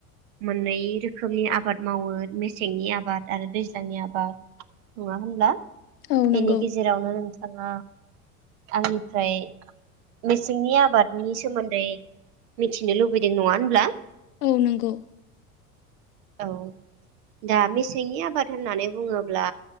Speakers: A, on the right (about 60°); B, on the left (about 80°).
A: मोननै रोखोमनि आबाद मावो मेसेंनि आबाद आरो दैज्लांनि आबाद नङा होनब्ला।
B: औ
A: बेनि
B: नंगौ
A: गेजेरावनो नों। ओ आंनिफ्राय मेसेंनि आबादनि सोमोन्दै मिथिनो लुबैदों नङा होनब्ला।
B: औ नंगौ।
A: औ दा मेसेंनि आबाद होननानै बुङोब्ला